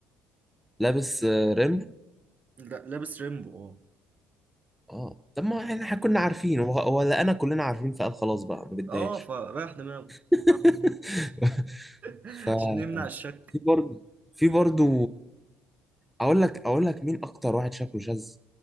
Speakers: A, in the centre; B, on the right.
A: لابس آه، ريمبو
B: لا لابس ريمبو اه
A: اه طب ما احنا إحنا كنا عارفين وه- ولا انا كلنا عارفين فقال خلاص بقى ما بدهاش
B: اه فرايح دماغه
A: <laughs>
B: عشان
A: ف
B: يمنع الشك
A: في برضه في برضه اقول لك اقول لك مين اكتر واحد شكله شاذ